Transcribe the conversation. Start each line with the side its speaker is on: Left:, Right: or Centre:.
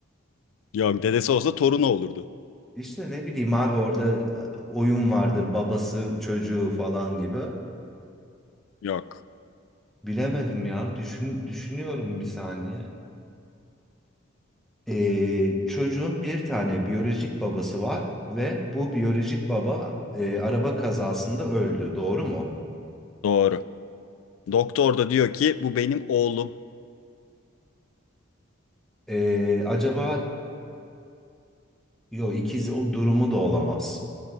Left: Yok dedesi olsa torunu olurdu.
Centre: İşte ne bileyim abi orada e, oyun vardır babası çocuğu falan gibi.
Left: Yok.
Centre: Bilemedim ya. Düşün, düşünüyorum bir saniye. Ee, çocuğun bir tane biyolojik babası var ve bu biyolojik baba e, araba kazasında öldü. Doğru mu?
Left: Doğru. Doktor da diyor ki bu benim oğlum.
Centre: Ee, acaba Yo ikiz o durumu da olamaz.